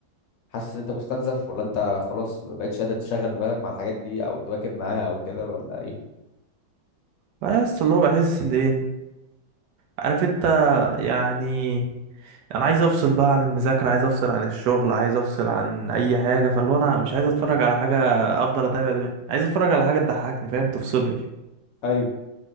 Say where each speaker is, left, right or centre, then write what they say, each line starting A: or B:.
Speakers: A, on the left; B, on the right.
A: حاسس ان انت مستنزف ولا انت خلاص ما بقتش قادر تشغل دماغك مع الحاجات دي او تواكب معاها او كده ولا ايه
B: لا يس اللي هو بحس ليه عارف انت يعني انا عايز افصل بقى عن المذاكره عايز افصل عن الشغل عايز افصل عن اي حاجه فاللي هو انا مش عايز اتفرج على حاجه افضل اتابع دماغي عايز اتفرج على حاجه تضحكني فاهم تفصلني
A: ايوه